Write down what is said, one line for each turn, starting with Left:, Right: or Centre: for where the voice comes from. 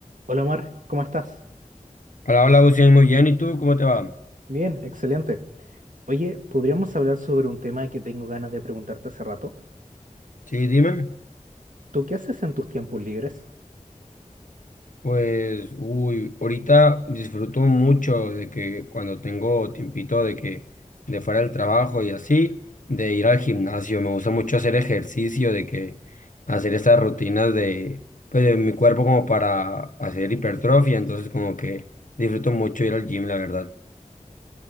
Right: Hola Omar, ¿cómo estás?
Left: Hola, hola, Agustín, muy bien. ¿Y tú cómo te va?
Right: Bien, excelente. Oye, ¿podríamos hablar sobre un tema que tengo ganas de preguntarte hace rato?
Left: Sí, dime.
Right: ¿Tú qué haces en tus tiempos libres?
Left: Pues, uy, ahorita disfruto mucho de que cuando tengo tiempito de que de fuera del trabajo y así, de ir al gimnasio. Me gusta mucho hacer ejercicio, de que hacer estas rutinas de, pues, de mi cuerpo como para hacer hipertrofia. Entonces, como que disfruto mucho ir al gym, la verdad.